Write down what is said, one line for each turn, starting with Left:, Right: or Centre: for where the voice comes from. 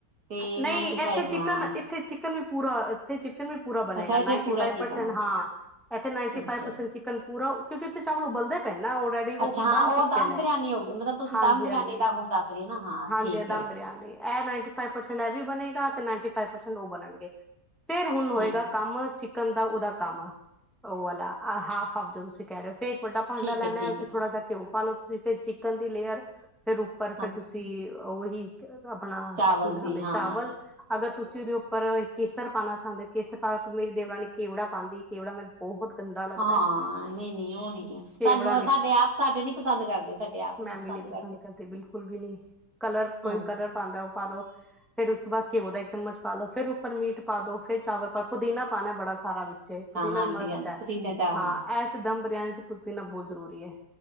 Right: ਤੇ
Centre: ਨਹੀਂ
Right: ਨਾਈਨਟੀ ਫਾਈਵ
Centre: ਇੱਥੇ ਚਿਕਨ
Right: ਹਾਂ।
Centre: ਇੱਥੇ ਚਿਕਨ ਵੀ ਪੂਰਾ, ਇੱਥੇ ਚਿਕਨ ਵੀ ਪੂਰਾ ਬਣੇਗਾ,
Right: ਅੱਛਾ ਇਥੇ
Centre: ਨਾਈਨਟੀ
Right: ਪੂਰਾ
Centre: ਫਾਈਵ
Right: ਚਿਕਨ
Centre: ਪਰਸੈਂਟ,
Right: ਆ।
Centre: ਹਾਂ। ਇੱਥੇ ਨਾਈਨਟੀ
Right: ਅੱਛਾ।
Centre: ਫਾਈਵ ਪਰਸੈਂਟ ਚਿਕਨ ਪੂਰਾ, ਉਥੇ ਕਿਉਂਕਿ ਚਾਵਲ ਉਬਲਦੇ ਪਏ ਨੇ ਔਲਰੇਡੀ। ਜੀ
Right: ਅੱਛਾ
Centre: ਉਹ
Right: ਹਾਂ
Centre: ਬਣ ਚੁੱਕੇ
Right: ਦਮ
Centre: ਨੇ,
Right: ਬਿਰਿਆਨੀ ਹੋ ਗਈ ਮਤਲਬ ਤੁਸੀਂ
Centre: ਹਾਂਜੀ-ਹਾਂਜੀ।
Right: ਦਮ ਬਿਰਿਆਨੀ ਦਾ ਹੁਣ ਦੱਸ ਰਹੀ ਨਾ, ਹਾਂ।
Centre: ਹਾਂਜੀ
Right: ਠੀਕ
Centre: ਇਕਦਮ
Right: ਹੈ।
Centre: ਬਰਿਆਨੀ, ਇਹ ਨਾਈਨਟੀ ਫਾਈਵ ਪਰਸੈਂਟ ਇਹ ਵੀ ਬਣੇਗਾ, ਤੇ ਨਾਈਨਟੀ ਫਾਈਵ ਪਰਸੈਂਟ ਉਹ ਬਣਨਗੇ। ਫੇਰ ਹੁਣ
Right: ਠੀਕ
Centre: ਹੋਏਗਾ
Right: ਹੈ।
Centre: ਕੰਮ, ਚਿਕਨ ਦਾ ਉਹਦਾ ਕੰਮ, ਉਹ ਵਾਲਾ ਹਾਫ- ਹਾਫ, ਜਦੋਂ ਅਸੀ ਕਹਿ ਰਹੇ, ਫੇਰ ਇੱਕ ਵੱਡਾ ਭਾਂਡਾ
Right: ਠੀਕ
Centre: ਲੈਣਾ,
Right: ਹੈ ਠੀਕ ਹੈ
Centre: ਥੋੜਾ ਜਿਹਾ ਘਿਓ ਪਾ ਲੋ ਤੁਸੀਂ, ਫੇਰ ਚਿਕਨ ਦੀ ਲੇਅਰ, ਫੇਰ ਪਰ
Right: ਹਾਂ
Centre: ਫਿਰ ਤੁਸੀਂ ਉਹੀ, ਆਪਣਾ
Right: ਚਾਵਲ
Centre: ਕੀ ਨਾਮ
Right: ਦੀ
Centre: ਹੈ
Right: ਹਾਂ।
Centre: ਚਾਵਲ ਅਗਰ ਤੁਸੀਂ ਉਹਦੇ ਉੱਪਰ ਕੇਸਰ ਪਾਣਾ ਚਾਹੁੰਦੇ ਹੋ, ਕੇਸਰ ਪਾ ਮੇਰੀ ਦੇਵਰਾਨੀ ਨੇ ਕੇਵੜਾ ਪਾਂਦੀ ਏ, ਕੇਵੜਾ ਮੈ ਬਹੁਤ ਗੰਦਾ ਲੱਗਦਾ
Right: ਹਾਂ-ਹਾਂ, ਨਹੀਂ-ਨਹੀਂ ਉਹ ਨੀ ਹੈ,
Centre: ਕੇਵੜਾ
Right: ਸਾਨੂੰ ਸਾਡੇ ਆਪ ਸਾਡੇ ਨੀ ਪਸੰਦ ਕਰਦੇ, ਸਾਡੇ ਆਪ। ਨੀ
Centre: ਮੈ ਵੀ ਨਹੀਂ ਪਸੰਦ
Right: ਕਰਦੇ।
Centre: ਕਰਦੀ, ਬਿਲਕੁਲ ਵੀ ਨਹੀਂ, ਕਲਰ ਕੋਈ
Right: ਅੱਛਾ
Centre: ਕਲਰ ਪਾਂਦਾ ਉਹ ਪਾਲੋ। ਫੇਰ ਉਸ ਤੋਂ ਬਾਅਦ ਘਿਓ ਦਾ ਇੱਕ ਚਮਚ ਪਾ ਲੋ, ਫਿਰ ਉੱਪਰ ਮੀਟ ਪਾ ਦੋ, ਫਿਰ ਚਾਵਲ ਦਾ ਪੁਦੀਨਾ ਪਾਣਾ ਬੜਾ ਸਾਰਾ ਵਿੱਚ, ਪੁਦੀਨਾ
Right: ਹਾਂਜੀ
Centre: ਮਸਟ
Right: ਹਾਂਜੀ
Centre: ਹੈ,
Right: ਪੁਦੀਨੇ ਦਾ
Centre: ਹਾਂ ਐ ਇਕਦਮ ਬਰਿਆਨੀ ਚ ਪੁਦੀਣਾ ਬਹੁਤ ਜ਼ਰੂਰੀ ਐ,